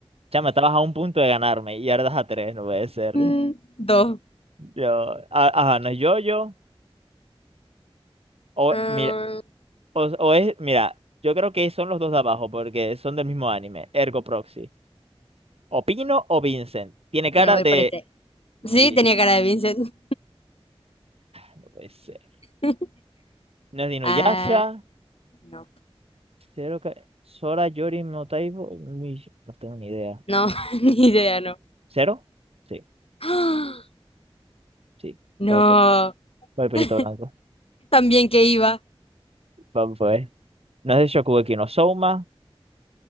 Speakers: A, on the right; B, on the left.
A: Chama, estabas a un punto de ganarme y ahora das a tres, no puede ser.
B: Mm, dos.
A: Yo, ah, ajá, no es yo, yo. O,
B: Ah,
A: mira, O, o es, mira, yo creo que son los dos de abajo porque son del mismo anime, Ergo Proxy. O Pino o Vincent. Tiene cara
B: bueno, voy
A: de...
B: por este.
A: Vi-
B: Sí, tenía cara de Vincent.
A: No puede ser.
B: <laughs>
A: No es de Inuyasha.
B: Ah, No,
A: Cero que... Sora, Yori, no Taibo. mi- No tengo ni idea.
B: no, <laughs> ni idea, no.
A: ¿Cero? Sí,
B: <gasps> ¡Ah!
A: sí.
B: No,
A: Viper. Viperito
B: <laughs>
A: blanco.
B: también que iba.
A: Vamos a ver. No es de Shokugeki no Souma.